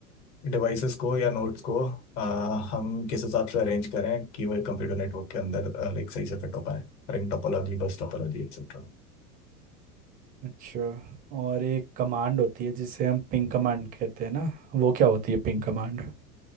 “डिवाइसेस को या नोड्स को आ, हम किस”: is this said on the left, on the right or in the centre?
Left